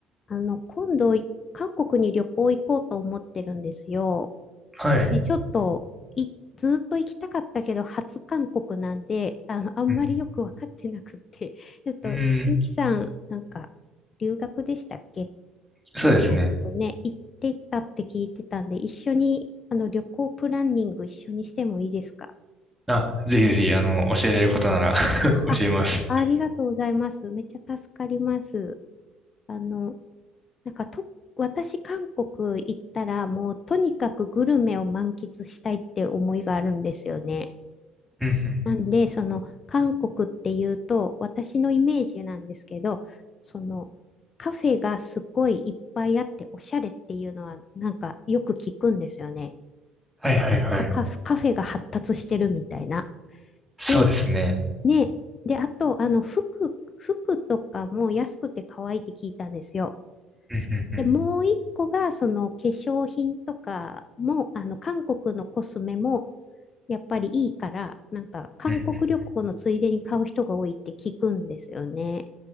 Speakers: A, on the left (about 40°); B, in the centre.
A: あの、今度、韓国に旅行行こうと思ってるんですよ。
B: はい。
A: で、ちょっと、い、ずーっと行きたかったけど、初韓国なんで、あの、あんまりよくわかってなくって。
B: うん
A: <laughs> ちょっと、
B: うん、うーん、
A: ゆきさん、なんか、留学でしたっけ
B: そうですね。
A: うん韓国ね、行ってたって聞いてたんで、一緒に、あの、旅行プランニング一緒にしてもいいですか
B: あ、ぜひぜひ、あの、教えられることなら <laughs>
A: あ、
B: 教えます。
A: ありがとうございます。めっちゃ助かります。あの、なんかと、私、韓国行ったら、もうとにかくグルメを満喫したいって思いがあるんですよね。
B: うん、うん、うん。
A: なんで、その、韓国っていうと、私のイメージなんですけど、その、カフェがすごいいっぱいあって、おしゃれっていうのは、なんかよく聞くんですよね。
B: はい、はい、はい。
A: カ、カフェカフェが発達してるみたいな。
B: そうですね。
A: で、ね、で、あと、あの、服、服とかも安くて可愛いって聞いたんですよ。
B: うん、うん、うん、
A: で、もう一個が、その化粧品とかも、あの、韓国のコスメも、やっぱりいいから、なんか、韓国旅行のついでに買う人が多いって聞くんですよね。
B: うん、うん。